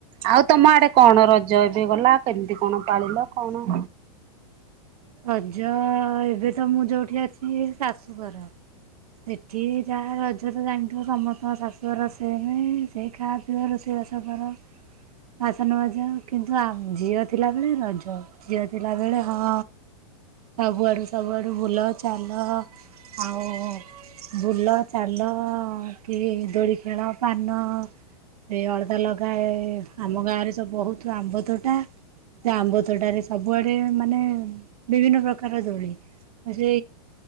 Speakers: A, on the right; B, on the right.
A: ଆଉ ତମ ଆଡେ କଣ? ରଜ ଏବେ ଗଲା, କେମିତି କଣ ପାଳିଲ କଣ?
B: ରଜ ଏବେ ତ ମୁଁ ଯୋଉଠି ଅଛି ଶାଶୁଘର। ସେଠି ଯାହା ରଜ ତ ଜାଣିଥିବ ସମସ୍ତଙ୍କ ଶାଶୁ ରୋଷେଇହିଁ ସେଇ ଖା <unintelligible> ରୋଷେଇ ବାସ କର। ବାସନ ମାଜ କିନ୍ତୁ ଆ ଝିଅ ଥିଲାବେଳେ ରଜ ଝିଅ ଥିଲାବେଳେ ହଁ ସବୁଆଡୁ ସବୁଆଡୁ ବୁଲ ଚାଲ ଆଉ ବୁଲ ଚାଲ କି ଦୋଳି ଖେଳ, ପାନ ସେଇ ଅଳତା ଲଗାଏ। ଆମ ଗାଁ ରେ ସେ ବହୁତ ଆମ୍ବ ତୋଟା ସେ ଆମ୍ବ ତୋଟାରେ ସବୁଆଡେ ମାନେ ବିଭିନ୍ନ ପ୍ରକାର ଦୋଳି ଆ ସେଇ